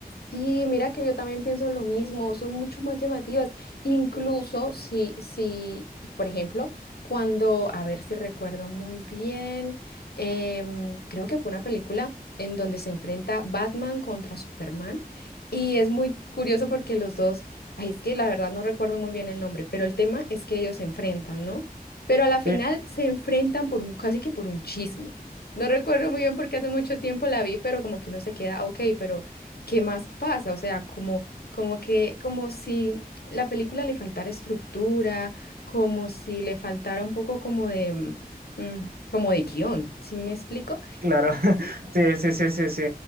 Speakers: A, on the left; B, on the right.
A: sí, mira que yo también pienso lo mismo, son mucho más llamativas, incluso si, si, por ejemplo, cuando, a ver si recuerdo muy bien, em, creo que fue una película en donde se enfrenta Batman contra Superman y es muy curioso porque los dos, ay, es que la verdad no recuerdo muy bien el nombre, pero el tema es que ellos se enfrentan, ¿no? Pero a la final
B: Sí,
A: se enfrentan por un, casi que por un chisme. No recuerdo muy bien porque hace mucho tiempo la vi, pero como que uno se queda, ok, pero ¿qué más pasa? O sea, como, como que, como si la película le faltara estructura, como si le faltara un poco como de, mm, como de guión, ¿sí me explico?
B: Claro, <laughs> sí, sí, sí, sí, sí,